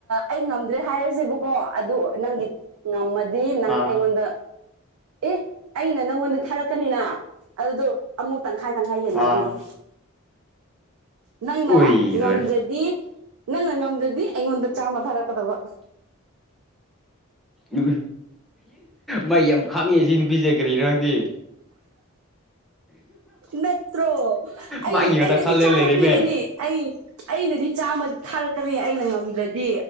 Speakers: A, on the right; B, in the centre.
A: ꯑꯩ ꯉꯝꯗ꯭ꯔꯦ ꯍꯥꯏꯔꯁꯦꯕꯨ ꯀꯣ ꯑꯗꯨ ꯅꯪꯒꯤ ꯉꯝꯃꯗꯤ ꯅꯪ
B: ꯑꯥ
A: ꯑꯩꯉꯣꯟꯗ ꯑꯦ ꯑꯩꯅ ꯅꯪꯉꯣꯟꯗ ꯊꯥꯔꯛꯀꯅꯤꯅ ꯑꯗꯨꯗꯣ ꯑꯃꯨꯛ ꯇꯪꯈꯥꯏ ꯇꯪꯈꯥꯏ ꯌꯦꯟꯅꯗꯣꯏꯕ
B: ꯑꯥ
A: ꯅꯪꯅ
B: ꯎꯏ
A: ꯉꯝꯗ꯭ꯔꯗꯤ
B: ꯂꯣꯏꯔꯦ
A: ꯅꯪ ꯉꯝꯗ꯭ꯔꯗꯤ ꯑꯩꯉꯣꯟꯗ ꯆꯥꯝꯃ ꯊꯥꯔꯛꯀꯗꯕ
B: ꯎ ꯃꯩ ꯌꯥꯝ ꯈꯥꯡꯉꯦ ꯁꯤ ꯅꯨꯄꯤꯁꯦ ꯀꯔꯤꯅꯣꯪꯗꯤꯦ
A: ꯅꯠꯇ꯭ꯔꯣ ꯑꯩ
B: ꯃꯥꯒꯤ ꯉꯥꯛꯇ
A: ꯑꯩꯅꯗꯤ
B: ꯈꯜꯂ
A: ꯆꯥꯝꯃ
B: ꯂꯩꯔꯦꯃꯦ
A: ꯄꯤꯒꯅꯤ ꯑꯩ ꯑꯩꯅꯗꯤ ꯆꯥꯝꯃ ꯊꯥꯔꯛꯀꯅꯤ ꯑꯩꯅ ꯉꯝꯗ꯭ꯔꯗꯤ